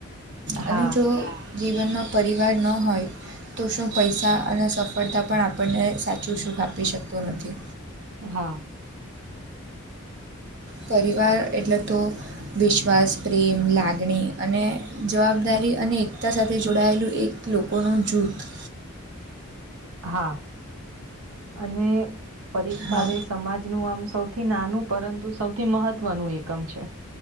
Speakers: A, on the right (about 55°); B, on the right (about 75°).
A: અને
B: હા
A: જો જીવનમાં પરિવાર ન હોય તો શું પૈસા અને સફળતા પણ આપણને સાચું સુખ આપી શકતું નથી.
B: હા
A: પરિવાર એટલે તો વિશ્વાસ પ્રેમ લાગણી અને જવાબદારી અને એકતા સાથે જોડાયેલું એક લોકોનો જૂથ
B: હા અને પરિવારે
A: હા
B: સમાજનું આમ સૌથી નાનું પરંતુ સૌથી મહત્વનું એકમ છે.